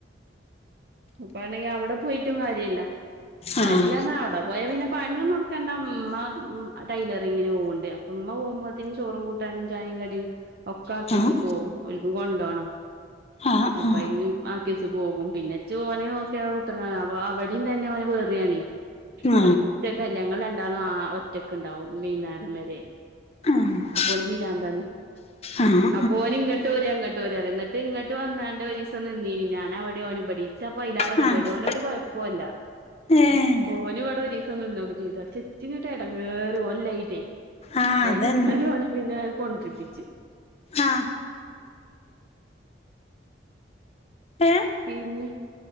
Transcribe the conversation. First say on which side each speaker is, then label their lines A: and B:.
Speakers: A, on the right; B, on the left.
A: ഉപ്പാണെങ്കി അവടെ പോയിട്ടും കാര്യല്ല കാര്യല്ലാന്നാ
B: ആഹ്
A: അവടെ പോയാ പിന്നെ പണി ഞാ നോക്കണ്ടമ്മ ഉം അ ടൈലറിങ്ങിന് പോവ്ണ്ട് അപ്പമ്മ പോവുമ്പത്തിന് ചോറും കൂട്ടാനും ചായീം കടീം ഒക്കെ ആക്കിയച്ച്
B: ആഹ്
A: പോവും ഓൽക്ക് കൊണ്ടോണം
B: ആഹ്
A: അപ്പ
B: ആഹ് ആഹ്
A: അയിന് മ്മ ആക്കിയച്ച് പോകും പിന്നെച്ച് ഓനെ നോക്കിയ കുത്രന്ന അപ്പൊ അവടീം തന്നെ അവന് വെറിയാണ്
B: ആഹ്
A: ഒറ്റകല്ലേ അങ്ങള് രണ്ടളും ആഹ് ഒറ്റക്ക്ണ്ടാവും വൈന്നാരംവരെ
B: ആഹ്
A: അപ്പൊന് പിരാന്താണ്
B: ആഹ്
A: അപ്പ ഓന് ഇങ്ങട്ട് പോരങ്ങട്ട് പോരഅറി ഇന്നിട്ട് ഇങ്ങട്ട് വന്നാണ്ട് ഒരീസം നിന്നീന് ഞാൻ അവടെ ഓന്പടി ഇച്ചപ്പ അയിലേറെ കെതിയേട്
B: ആഹ്
A: ഒനൊരു കുഴപ്പൊല്ല
B: ഏഹ്
A: ഓന് വടെ ഒരീ സം നിന്നൊക്കെ ചീതു പക്ഷെ ച്ചിങ്ങട്ട് എടങ്ങേർ ഒല്ലായിറ്റേ
B: ആഹ്
A: അയില്
B: അതന്നെ
A: ഓനെ പിന്നാലെ കൊണ്ട്രിപ്പിച്ച്
B: ആഹ് ഏഹ്
A: പിന്നെ